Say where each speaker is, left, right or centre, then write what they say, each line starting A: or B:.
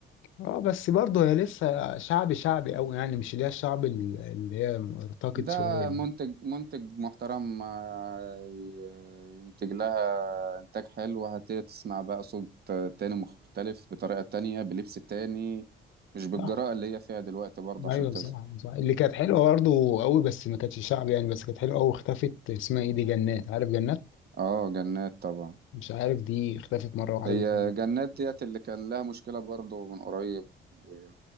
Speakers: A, on the left (about 80°); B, on the right (about 50°).
A: اه بس برضه هي لسه شعبي شعبي أوي يعني مش اللي هي الشعب ال- اللي هي ارتقت
B: ده
A: شوية يعني.
B: منتج منتج محترم آه، ي- ينتج لها إنتاج حلو هتبتدي تسمع بقى صوت آه، تاني مختلف بطريقة تانية بلبس تاني مش بالجراءة
A: صح
B: اللي هي فيها دلوقتي برضه عشان
A: ايوه
B: تظهر
A: صح صح اللي كانت حلوه برضه قوي بس ما كانتش شعبي يعني بس كانت حلوه قوي اختفت اسمها ايه دي جنات عارف جنات
B: اه جنات طبعا
A: مش عارف دي اختفت مره واحده
B: هي
A: بس
B: جنات ديت اللي كان لها مشكلة برضه من قريب و-